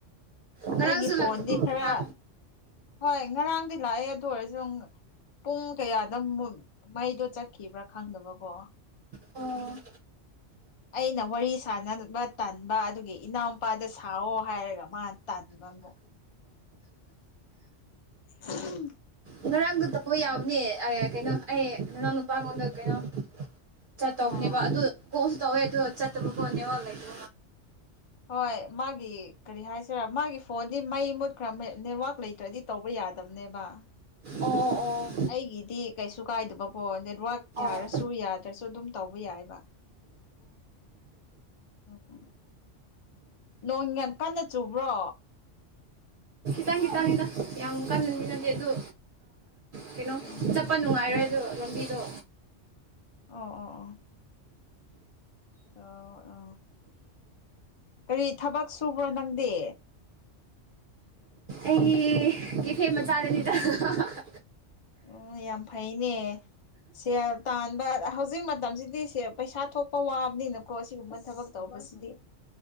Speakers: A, on the right; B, on the left.
A: ꯉꯔꯥꯡꯁꯨ
B: ꯑꯩꯒꯤ ꯐꯣꯟꯗꯤ
A: ꯂꯥꯛꯇꯕ
B: ꯈꯔ ꯍꯣꯏ ꯉꯔꯥꯡꯗꯤ ꯂꯥꯛꯑꯦ ꯑꯗꯨ ꯑꯣꯏꯔꯁꯨ ꯄꯨꯡ ꯀꯌꯥꯗ ꯃꯩꯗꯣ ꯆꯠꯈꯤꯕ꯭ꯔꯥ ꯈꯪꯗꯕꯀꯣ
A: ꯑꯣ
B: ꯑꯩꯅ ꯋꯥꯔꯤ ꯁꯅꯕ ꯇꯥꯟꯕ ꯑꯗꯨꯒꯤ ꯏꯅꯥꯎꯨꯄꯥꯗ ꯁꯥꯑꯣ ꯍꯥꯏꯔꯒ ꯃꯥ ꯇꯥꯟꯕ ꯑꯃꯨꯛ <inaudible>
A: ꯉꯔꯥꯡꯗꯣ ꯇꯧꯕ ꯌꯥꯎꯕꯅꯦ ꯀꯩꯅꯣ ꯑꯩ ꯅꯅꯥꯎ ꯅꯨꯄꯥꯉꯣꯟꯗ ꯀꯩꯅꯣ ꯆꯠꯇꯧꯕꯅꯦꯕ
B: ꯑꯥ
A: ꯑꯗꯨ ꯀꯣꯟꯁꯨ ꯇꯧꯋꯦ ꯑꯗꯨ ꯆꯠꯇꯕ ꯀꯣ ꯅꯦꯠꯋꯥꯛ ꯂꯩꯇ
B: <unintelligible> ꯍꯣꯏ ꯃꯥꯒꯤ ꯀꯔꯤ ꯍꯥꯏꯁꯤꯔ ꯃꯥꯒꯤ ꯐꯣꯟꯗꯤ ꯃꯩ ꯃꯨꯠꯈ꯭ꯔꯕ ꯅꯦꯠꯋꯥꯛ ꯂꯩꯇ꯭ꯔꯗꯤ ꯇꯧꯕ ꯌꯥꯗꯕꯅꯦꯕ
A: ꯑꯣ ꯑꯣ
B: ꯑꯩꯒꯤꯗꯤ ꯀꯩꯁꯨ ꯀꯥꯏꯗꯕꯀꯣ ꯅꯦꯠꯋꯛ ꯌꯥꯔꯁꯨ
A: ꯑꯣ
B: ꯌꯥꯗ꯭ꯔꯁꯨ ꯑꯗꯨꯝ ꯇꯧꯕ ꯌꯥꯏꯕ ꯎꯝ ꯅꯣꯡ ꯌꯥꯝ ꯀꯟꯅ ꯆꯨꯕ꯭ꯔꯣ
A: ꯈꯤꯇꯪ ꯈꯤꯇꯪꯅꯤꯗ ꯌꯥꯝ ꯀꯟꯅꯗꯤꯅꯗꯦ ꯑꯗꯨꯗ ꯀꯩꯅꯣ
B: ꯎꯝ
A: ꯆꯠꯄ ꯅꯨꯡꯉꯥꯏꯔꯣꯏ ꯂꯝꯕꯤꯗ
B: ꯑꯣ ꯑꯣ ꯑꯣ ꯑ ꯑ ꯀꯔꯤ ꯊꯕꯛ ꯁꯨꯕ꯭ꯔꯣ ꯅꯪꯗꯤ
A: ꯑꯩꯒꯤ ꯀꯦꯐꯦ ꯃꯆꯥꯗꯅꯤ <unintelligible>
B: ꯎꯝ ꯌꯥꯝ ꯐꯩꯅꯦ ꯁꯦꯜ ꯇꯥꯟꯕ ꯍꯧꯖꯤꯛ ꯃꯇꯝꯁꯤꯗꯤ ꯁꯦ ꯄꯩꯁꯥ ꯊꯣꯛꯄ ꯋꯥꯕꯅꯤꯅꯀꯣ ꯑꯁꯤꯒꯨꯝꯕ ꯊꯕꯛ ꯇꯧꯕꯁꯤꯗꯤ